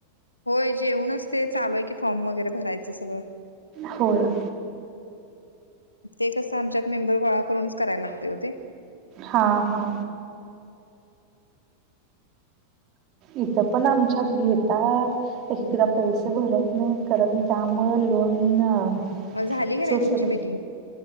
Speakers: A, on the left (about 85°); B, on the right (about 35°).
A: होय जेऊनच ते चालूय की फॉर्म वगैरे भरायचं सगळं.
B: होय.
A: ते कसं आमच्यात मेंबर गोळा करूनच कराय लागते हो ते.
B: हा हा. इथं पण आमच्यात घेतात. तशी त्र्या पैशे भरत नाही करत त्यामुळं लोन अ
A: मग झाली का
B: <unintelligible>
A: नाही
B: गं
A: तुमची मिटिंग